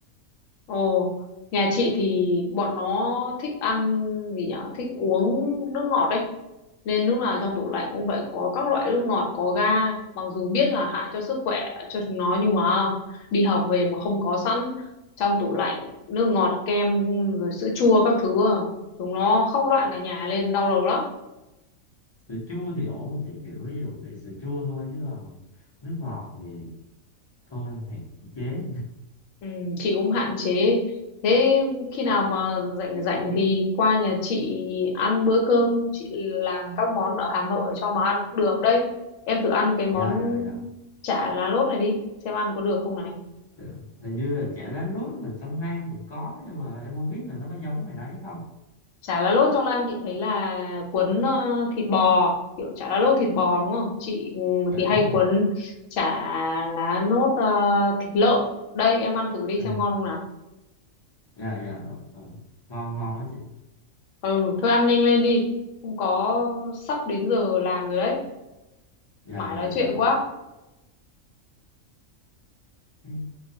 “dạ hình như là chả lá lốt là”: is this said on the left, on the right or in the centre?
Left